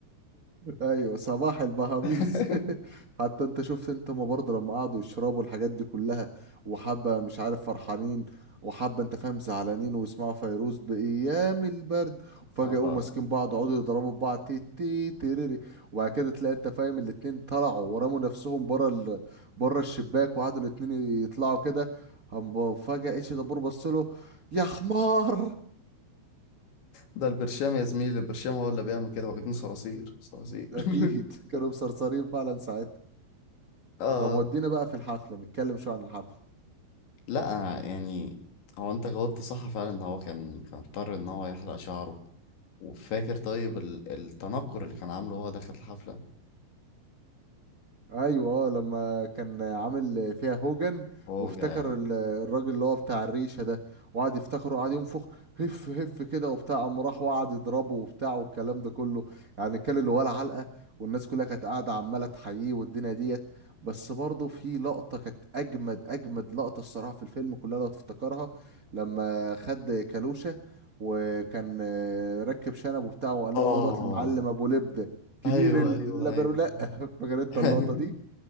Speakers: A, on the right; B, on the left.
A: ايوه صباح البهاميز
B: <laughs>
A: <laughs> حتى انت شفت انت ما برضه لما قعدوا يشربوا الحاجات دي كلها وحبه مش عارف فرحانين وحبه انت فاهم زعلانين ويسمعوا فيروز بايام البرد وفجاه
B: اه
A: يقوموا ماسكين بعض يقعدوا يضربوا في بعض تي تي تيريري وبعد كده تلاقي انت فاهم الاتنين طلعوا ورموا نفسهم بره ال... بره الشباك وقعدوا الاتنين يطلعوا كده هم ب- فجاه اتش دبور بص له يا حمار
B: ده البرشام يا زميلي البرشام هو اللي بيعمل كده واخدين صراصير صراصير
A: <laughs> اكيد
B: <laughs>
A: كانوا مسرسرين فعلا ساعتها
B: آه
A: طب ودينا بقى في الحفله نتكلم شويه عن الحفله
B: لا يعني هو انت جاوبت صح فعلا ان هو كان كان اضطر ان هو يحلق شعره وفاكر طيب ال- التنكر اللي كان عامله هو داخل الحفلة
A: ايوه اه لما كان عامل فيها هوجن
B: هو
A: وافتكر
B: جا
A: ال- الراجل اللي هو بتاع الريشه ده وقعد يفتخره وقعد ينفخ هف هف كده وبتاع قام راح وقعد يضربه وبتاع والكلام ده كله يعني كان اللي ولا علقه والناس كلها كانت قاعده عماله تحييه والدنيا ديت بس برضه في لقطه كانت اجمد اجمد لقطه الصراحه في الفيلم كلها لو تفتكرها لما خد كالوشه وكان آه، ركب شنب وبتاع وقال
B: اه
A: لهم هو دوت المعلم ابو لبده كبير
B: ايوه
A: اللبرولات
B: ايوه ايوه
A: فاكر انت
B: <laughs>
A: اللقطه دي